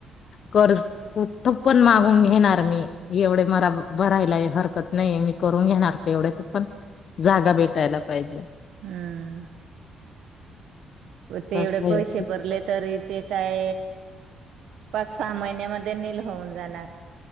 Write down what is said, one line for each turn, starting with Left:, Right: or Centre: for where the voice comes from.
Left: कर्ज कुठ पण मागून घेणार मी एवढे मला भरायलाय हरकत नाहीे मी करून घेणार ते एवढ्यात पण जागा भेटायला पाहिजे.
Right: हम् ते
Left: कसं
Right: एवढे
Left: आहे
Right: पैसे भरले तरी ते काय पाच सहा महिन्यामध्ये नील होऊन जाणार.